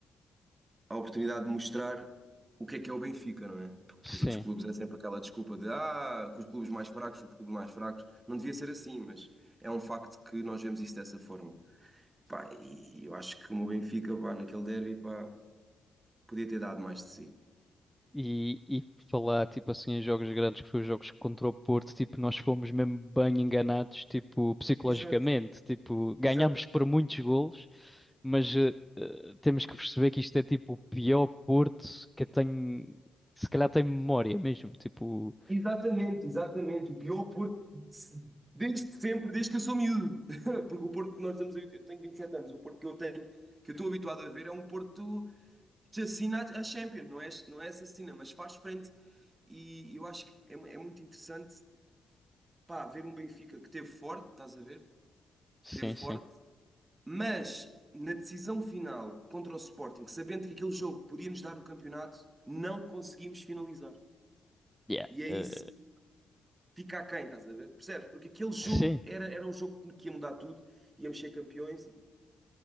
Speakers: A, on the right; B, in the centre.
A: a oportunidade de mostrar o que é que é o Benfica, não é? Porque
B: sim.
A: com os outros clubes é sempre aquela desculpa de ah, com os clubes mais fracos, os clubes mais fracos. Não devia ser assim, mas é um facto que nós vemos isso dessa forma. Pá, e eu acho que o meu Benfica, pá, naquele derby, pá, podia ter dado mais de si.
B: E, e falar, tipo assim, em jogos grandes, que foi os jogos contra o Porto, tipo, nós fomos mesmo bem enganados, tipo, psicologicamente,
A: Exato,
B: tipo, ganhámos
A: exato.
B: por muitos golos, mas eh, eh, temos que perceber que isto é, tipo, o pior Porto que eu tenho, se calhar tem memória mesmo, tipo,
A: Exatamente, exatamente. O pior Porto se- desde sempre, desde que eu sou miúdo. <laughs> Porque o Porto que nós estamos a eu tenho 27 anos, o Porto que eu tenho, que eu estou habituado a ver, é um Porto te assina a Champions, não é, não é assassina, mas faz frente. E eu acho que é, é muito interessante, pá, ver um Benfica que teve forte, estás a ver?
B: sim,
A: Teve forte,
B: sim.
A: mas na decisão final contra o Sporting, sabendo que aquele jogo podia nos dar o campeonato, não conseguimos finalizar.
B: Yeah.
A: E é
B: eh,
A: isso que fica aquém, estás a ver? Percebes? Porque aquele jogo
B: sim,
A: era, era um jogo que ia mudar tudo, íamos ser campeões e